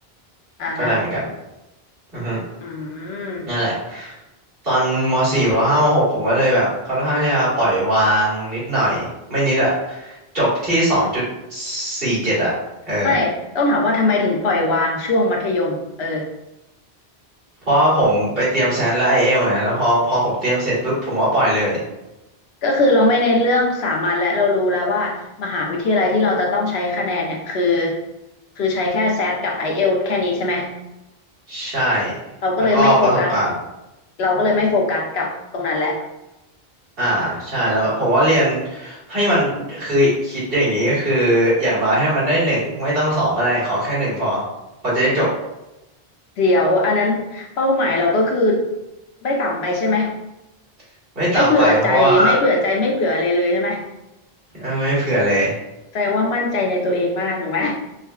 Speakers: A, on the left; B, on the right.
A: อ่าฮะ
B: ก็ได้เหมือนกันอือฮึ
A: อืม
B: นั่นแหละตอนม .4 ม .5 ม .6 ผมก็เลยแบบค่อนข้างที่จะปล่อยวางนิดหน่อยไม่นิดอ่ะจบที่2.47องจุดสี่เจ็ดอะเออ
A: ไม่ต้องถามว่าทำไมถึงปล่อยวางช่วงมัธยมเออ
B: เพราะว่าผมไปเตรียมแซดและไอเอลไงแล้วพอพอผมเตรียมเสร็จปุ๊บผมก็ปล่อยเลย
A: ก็คือเราไม่เน้นเรื่องสามัญและเรารู้แล้วว่ามหาวิทยาลัยที่เราจะต้องใช้คะแนนเนี่ยคือคือใช้แค่แซดกับไอเอลทีแค่นี้ใช่ไหม
B: ใช่
A: เราก็เลยไม่โฟกัส
B: แล้วก็ประสบการณ์
A: เราก็เลยไม่โฟกัสกับตรงนั้นแหละ
B: อ่าใช่แล้วก็ผมว่าเรียนให้มันคือคิดอย่างนี้ก็คืออย่างน้อยให้มันได้หนึ่งไม่ต้องสองก็ได้ขอแค่หนึ่งพอพอจะได้จบ
A: เดี๋ยวอันนั้นเป้าหมายเราก็คือไม่ต่ำไปใช่ไหม
B: <laughs> ไม่ตามไปเพราะว่า
A: ไม่เผื่อใจไม่เผื่อใจไม่เผื่ออะไรเลยใช่ไหม
B: เออไม่เผื่อเลย
A: แสดงว่ามั่นใจในตัวเองมากถูกไหม